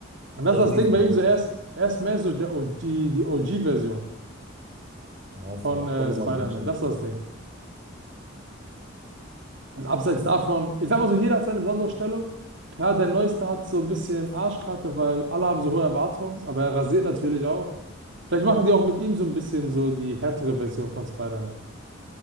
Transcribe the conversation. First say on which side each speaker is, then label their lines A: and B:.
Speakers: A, on the right; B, on the right.
A: Und das
B: Also
A: ist das
B: die
A: Ding
B: sind
A: bei
B: so
A: ihm so, er
B: cool.
A: ist, er ist mehr so der OG, die OG-Version
B: Ja, ist
A: von
B: aber
A: äh,
B: unnormal
A: Spider-Man.
B: OG.
A: Das ist das Ding. Und abseits davon, ich sag mal so, jeder hat seine besondere Stellung. Klar, der Neueste hat so ein bisschen Arschkarte, weil alle haben so hohe Erwartungen, aber er rasiert natürlich auch. Vielleicht machen die auch mit ihm so ein bisschen so die härtere Version von Spider-Man.